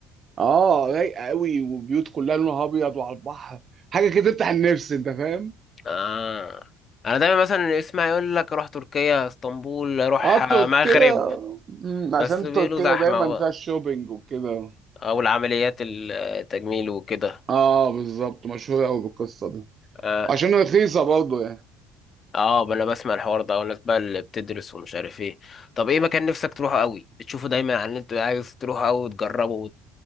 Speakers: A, on the right; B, on the left.
A: اه رايقه قوي وبيوت كلها لونها ابيض وعلى البحر حاجه كده تفتح النفس انت فاهم
B: اه انا دايما مثلا اسمع يقول لك اروح تركيا اسطنبول اروح
A: اه
B: مغرب
A: تركيا مم، عشان
B: بس بيقولوا
A: تركيا
B: زحمه
A: دايما
B: بقى
A: فيها الشوبينج وكده
B: او العمليات التجميل وكده
A: اه بالظبط مشهوره قوي بالقصه دي
B: اه
A: وعشان رخيصه برضه يعني
B: اه بقى انا بسمع الحوار ده والناس بقى اللي بتدرس ومش عارف ايه طب ايه مكان نفسك تروحه قوي بتشوفه دايما على النت عايز تروحه قوي وتجربه